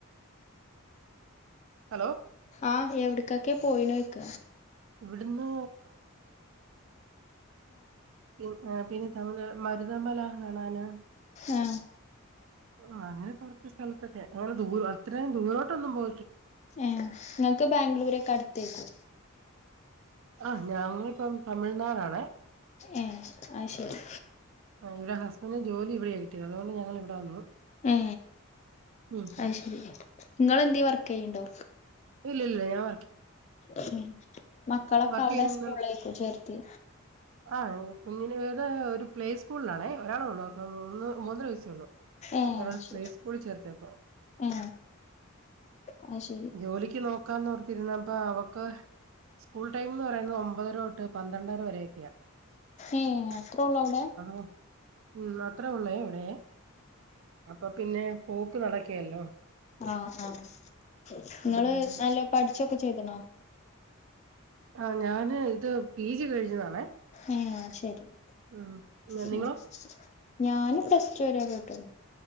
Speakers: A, on the right; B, on the left.
A: ഹലോ
B: ആഹ് എവിട ഇക്കൊക്കെ പോയിണക്ക
A: ഇവിടുന്ന് പിന്നർ പിന്നെ തമിഴ് മരുതമല കാണാന്
B: ആഹ്
A: ആ അങ്ങനെ കുറച്ച സ്ഥലത്തൊക്കെ അങ്ങനെ ദൂ അത്രയും ദൂരോട്ട്ന്നും പോ
B: ഏ നിങ്ങക്ക് ബാംഗ്ലൂരൊക്കെ അടുത്തേക്കു.
A: ആഹ ഞങ്ങളിപ്പം തമിഴ്നാടാണേ.
B: ഏ അത് ശരി
A: ആ് ഇടെ ഹസ്ബൻഡന് ജോലി ഇവിടെ കിട്ടിയത്. അതുകൊണ്ട് ഞങ്ങൾ ഇവിടെ വന്നു.
B: ഏ
A: ഉം
B: അത് ശരി നിങ്ങള് എന്തേ വർക്ക് ചെയ്യണ്ടോ?
A: ഇല്ല ഇല്ല ഞാവ
B: ഉ മക്കളൊക്കെ
A: വർക്ക്
B: അവിടെ
A: ചെയ്യുന്ന
B: സ്കൂളേക്കും ചേർത്തി.
A: ആഹ് കുഞ്ഞിന് ഇവിടെ ഒരു പ്ലേ സ്കൂളിലണേ ഒരാളേ ഉള്ളൂ. ആ മൂന്ന് മൂന്നര വയസള്ളോ
B: ഏ
A: അവിടെ
B: ശരി
A: പ്ലേസ് കൂടി ചേർതെകുവാ.
B: ഏ അത് ശരി
A: ജോലിക്ക് നോക്കാന്നോർത്തിരുന്നപ്പ അവക്ക് സ്കൂൾ ടൈംന്ന്‌ പറയുന്നത് ഒമ്പതര തൊട്ട് പന്ത്രണ്ടര വരൊക്കെയ
B: ഏ അത്രേ ഉള്ളൂ അവിടെ
A: ഉം അത്ര ഉള്ളേ ഇവിടെ അപ്പൊ പിന്നെ പോക്ക് നടക്കേലല്ലോ
B: ആ ആ നിങ്ങള്
A: ഉം
B: നല്ല പഠിച്ചൊക്കെ ചേതനൊ
A: ആ ഞാന് ഇത് പി ജി കഴിഞ്ഞതാണെ.
B: ഏ ശരി
A: ഉം
B: ഉം
A: നിങ്ങളോ
B: ഞാന് പ്ലസ്ടു വര പോയിട്ടൊള്ളു.